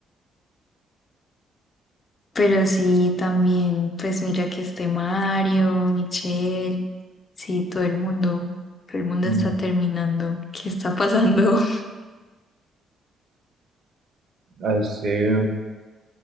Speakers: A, on the left; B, on the right.
A: Pero sí, también, pues mira que este Mario, Michelle, sí, todo el mundo, todo el mundo
B: Mm,
A: está terminando. ¿Qué está pasando? <laughs>
B: a este